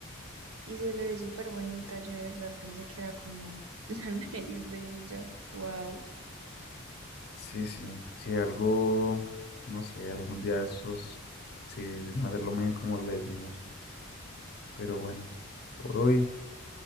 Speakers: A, on the right; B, on the left.
A: Y se le ve súper bonita, yo de verdad pensé que era como <laughs> la nariz de ella. Wow.
B: Sí, sí, sí, algo, no sé, algún día de esos, sí, hacerlo muy como le decimos. Pero bueno, por hoy,